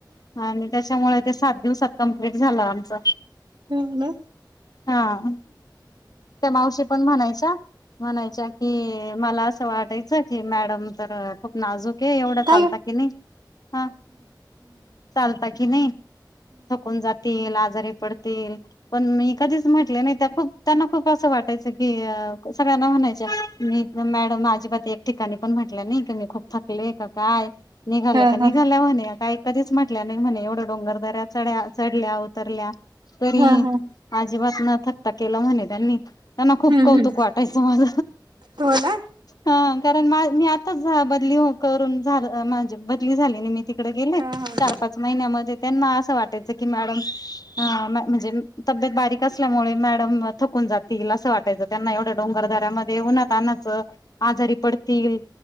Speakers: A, on the left; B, on the right.
A: आणि त्याच्यामुळे ते सात दिवसात कम्प्लीट झालं आमच.
B: हा ना.
A: हा त्या मावशी पण म्हणायच्या म्हणायच्या की मला अस. वाटायचं की मॅडम तर खूप नाजूक आहे एवढा
B: हम्म
A: चालत की नाही हा. चालता कि नाही थकून जातील, आजारी पडतील, पण मी कधीच म्हटले नाही त्या खूप त्यांना खूप असं वाटायचं की सगळ्यांना म्हणायच मी मॅडम अजिबात एक ठिकाणी पण म्हटलं नाही मी खूप थकली आहे का काय निघाल्या
B: हम्म
A: का निघाल्या म्हणे. काही कधीच म्हटल्या नाही म्हणे एवढं डोंगर दऱ्या चढ्या चढल्या उतरल्या तरी
B: हम्म
A: अजीबात न थकता केला म्हणे त्यांनी. त्यांना खूप
B: हम्म
A: कौतुक वाटायच माझ.
B: हो ना
A: हा कारण मी आताच बदली हो करून झा माझ बदली झाली नाही मी तिकडे गेले.
B: हा हा.
A: चार, पाच महिन्या मध्ये त्यांना असं वाटायच की मॅडम म्हणजे तब्येत बारीक असल्यामुळे मॅडम थकून जातील असं वाटायचं त्यांना एवढ्या डोंगरदऱ्या मध्ये. उन्हात आणनाच आजारी पडतील.